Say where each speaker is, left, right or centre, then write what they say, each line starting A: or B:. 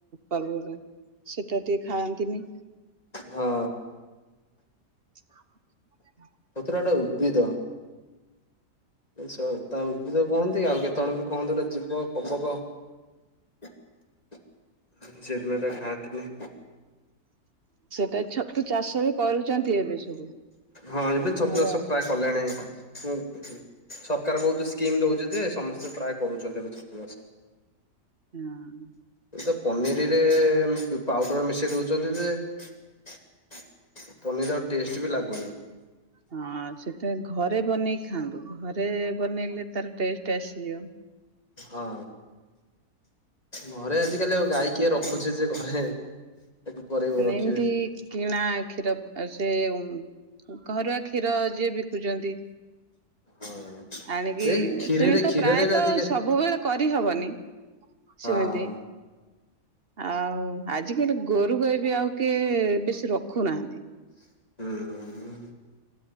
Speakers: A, on the right; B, on the left.
A: ପର୍ବରେ ସେଟା ଟିକେ ଖାଆନ୍ତିନି।
B: ହଁ
A: <unintelligible>
B: ପତୁରା ଟାକୁ ବିଦ ଆଛା ତା ଉଦ୍ଭିଦ କୁହନ୍ତି କି ଆଉ କେ ତଣୁ ବି କୁହନ୍ତୁ, ଅଟା ଯିବ କବକ ସେଇଥି ପାଇଁ ଏଟା ଖାହାନ୍ତିନି।
A: ତ ଛତୁ ଚାଷ ବି କରୁଚନ୍ତି ଏବେ ସବୁ।
B: ହଁ ଏବେ ଛତୁ
A: ଘର
B: ଚାଷ ପ୍ରାୟ କଲେଣି। ହୁଁ ହୁଁ ସରକାର ବୋହୁତ ସ୍କିମ୍ ଦୋଉଚି ଯେ ସମସ୍ତେ ପ୍ରାଏ କରୁଚନ୍ତି, ଏବେ କରୁଚନ୍ତି ଛତୁଚାଷ।
A: ହଁ।
B: ଏ ସବୁ ପନିରରେ ପାଉଡ଼ର ମିଶାଇ ଦୋଉଚନ୍ତି ଯେ ପନିର ଆଉ ଟେଷ୍ଟ ବି ଲାଗୁନି।
A: ହଁ ସେଟା ଘରେ ବନେଇକି ଖାଆନ୍ତୁ, ଘରେ ବନେଇଲେ ତାର ଟେଷ୍ଟ ଆସିଯିବ।
B: ହଁ ଘରେ ଆଜିିକାଲି ଆଉ ଗାଈ କିଏ ରଖୁଚି ଯେ ଘରେ ତାକୁ କରେଇବ
A: ମାନେ
B: ରଖିବେ।
A: ଏମିତି କିଣା କ୍ଷୀର ସେ ଓମ୍ ଘରୁଆ କ୍ଷୀର ଯିଏ ବିକୁଚନ୍ତି।
B: ହଁ
A: ଆଣିକି
B: ଏ କ୍ଷୀରରେ
A: ସେମି ତ
B: କ୍ଷୀରରେ
A: ପ୍ରାୟତ
B: ବି ଆଜିକା
A: ସବୁବେଳେ କରିହବନି। ସେମିତି।
B: ହଁ
A: ଆଉ ଆଜିକାଲି ଗୋରୁ ଗଈ ବି ଆଉ କିଏ ବେଶୀ ରଖୁନାହାନ୍ତି।
B: ହୁଁ।